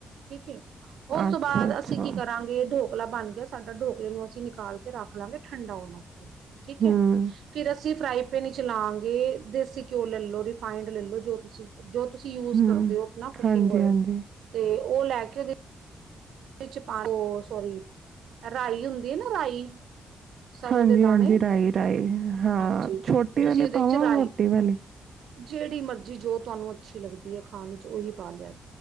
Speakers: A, on the right; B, on the right.
A: ਠੀਕ ਏ ਉਸ ਤੋਂ
B: ਅੱਛਾ-ਅੱਛਾ,
A: ਬਾਅਦ ਅਸੀਂ ਕੀ ਕਰਾਂਗੇ ਡੋ ਕਲਾ ਬਣ ਗਿਆ ਸਾਡਾ ਢੋਕਲੇ ਨੂੰ ਅਸੀਂ ਨਿਕਾਲ ਕੇ ਰੱਖ ਲਾਗੇ ਠੰਡਾ ਹੋਣ ਵਾਸਤੇ ਠੀਕ
B: ਹੂੰ,
A: ਹੈ। ਫੇਰ ਅਸੀਂ ਫਰਾਈ ਪੈਨ ਵਿੱਚ ਚਲਾਾਂਗੇ ਦੇਸੀ ਘਿਓ ਲੈ ਲੋ ਰਿਫਾਈੰਡ ਲੈ ਲੋ ਜੋ ਤੁਸੀਂ ਜੋ ਤੁਸੀਂ ਯੂਜ
B: ਹੂੰ,
A: ਕਰਦੇ ਹੋ ਆਪਣਾ ਕੁਕਿੰਗ
B: ਹਾਂਜੀ-ਹਾਂਜੀ,
A: ਓਇਲ ਤੇ ਉਹ ਲੈ ਕੇ ਉਹਦੀ ਉਹਦੇ ਚ ਪਾਲੋ, ਸੋਰੀ ਰਾਈ ਹੁੰਦੀ ਹੈ ਨਾ ਰਾਈ ਸਰੋਂ
B: ਹਾਂਜੀ
A: ਦੇ
B: ਹਾਂਜੀ
A: ਦਾਣੇ
B: ਰਾਾਈ ਰਾਾਈ ਹਾਂ
A: ਹਾਂਜੀ
B: ਛੋਟੀ ਵਾਲੀ
A: ਤੁਸੀਂ ਉਹਦੇ
B: ਪਾਵਾਂ
A: ਚ
B: ਮੋਟੀ
A: ਰਾਈ
B: ਵਾਲੀ।
A: ਜਿਹੜੀ ਮਰਜ਼ੀ ਜੋ ਤੁਹਾਨੂੰ ਅੱਛੀ ਲੱਗਦੀ ਹੈ ਖਾਣ ਚ ਉਹੀ ਪਾ ਲਿਆ।